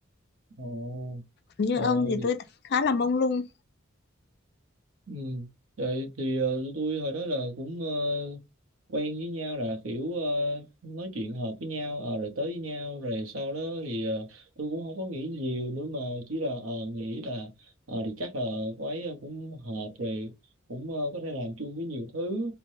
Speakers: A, on the right; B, on the left.
A: Ồ,
B: Như
A: ờ,
B: ông thì
A: thì
B: tôi thấy khá là mông lung.
A: Ừ. Vậy thì ờ, tụi tôi hồi đó là cũng ờ, quen với nhau là kiểu ờ, nói chuyện hợp với nhau ờ, rồi tới với nhau rồi sau đó thì ờ, tôi cũng không có nghĩ nhiều nữa mà chỉ là ờ, nghĩ là ờ, thì chắc là cô ấy cũng hợp rồi cũng ờ, có thể làm chung với nhiều thứ